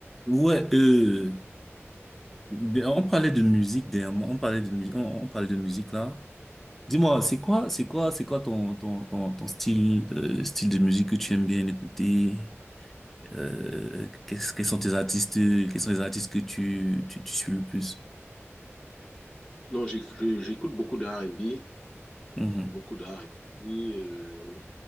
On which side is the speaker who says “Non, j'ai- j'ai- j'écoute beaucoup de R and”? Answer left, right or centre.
Left